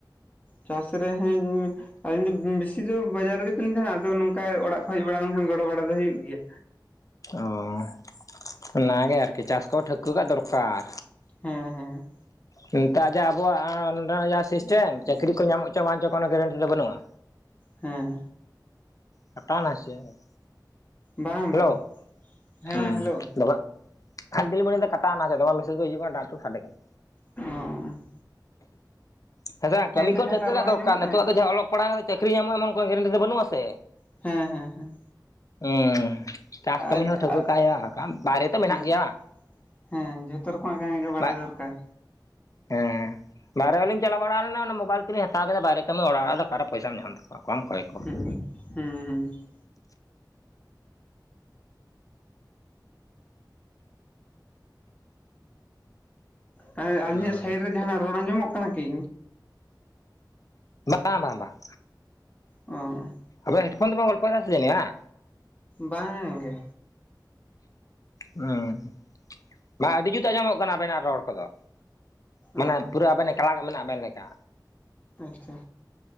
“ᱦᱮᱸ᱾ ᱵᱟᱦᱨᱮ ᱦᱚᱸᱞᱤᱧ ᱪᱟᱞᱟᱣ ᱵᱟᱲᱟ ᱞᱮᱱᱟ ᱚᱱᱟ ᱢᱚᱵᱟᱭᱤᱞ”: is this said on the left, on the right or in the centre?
Left